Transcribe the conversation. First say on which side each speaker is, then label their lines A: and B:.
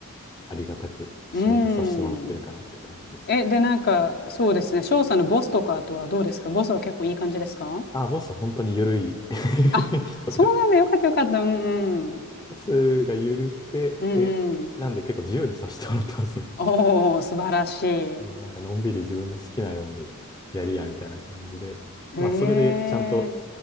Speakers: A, on the left; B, on the left.
A: ありがたく仕事させてもらってるかなって感じですね。
B: うん。え、で、なんか、そうですね。翔さんのボスとかとはどうですかボスは結構いい感じですか
A: ああ、ボスは本当に緩い <laughs>
B: あ、
A: 人で
B: そうなんだ。よかったよかった。うんうん。
A: トスが緩くて、
B: うん
A: で、
B: うん。
A: なんで結構自由にさせてもらってますね。
B: おー、素晴らしい。
A: <laughs>
B: へ
A: もうなんかのんびり自分の好きなようにやりや、みたいな感じで。
B: え。
A: まあ、それでちゃんと、